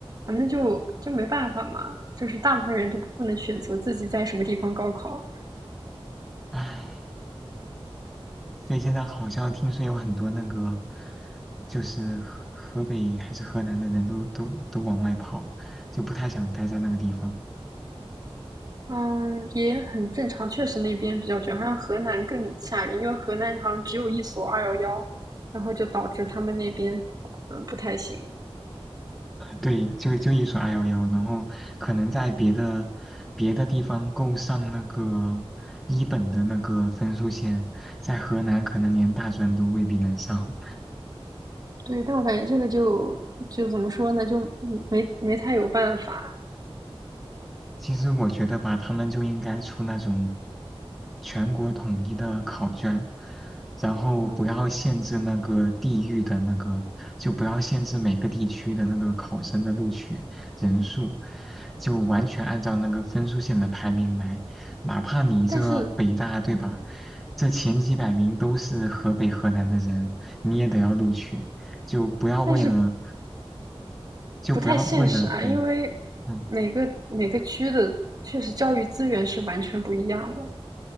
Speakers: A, on the right (about 40°); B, in the centre.
A: 反正就就没办法嘛，就是大部分人都不能选择自己在什么地方高考，
B: 唉。所以现在好像听说有很多那个，就是河河北还是河南的人都都都往外跑，就不太想待在那个地方。
A: 嗯，也很正常，确实那边比较卷，好像河南更吓人，因为河南好像只有一所二幺幺，然后就导致他们那边嗯不太行，
B: 对，就就一所 i 幺幺，然后可能在别的别的地方够上那个一本的那个分数线，在河南可能连大专都未必能上，
A: 对，但我感觉这个就就怎么说呢，就没没太有办法，
B: 其实我觉得吧，他们就应该出那种全国统一的考卷，然后不要限制那个地域的那个，
A: 嗯，
B: 就不要限制每个地区的那个考生的录取人数，就完全按照那个分数线的排名来，哪怕你这北大，
A: 但是。
B: 对吧？
A: 嗯，
B: 这前几百名都是河北、河南的人，你也得要录取，就不要为了，
A: 但是
B: 就不要为了，
A: 不太现实啊，
B: 对，
A: 因为每个每个区的确实教育资源是完全不一样的，
B: 嗯。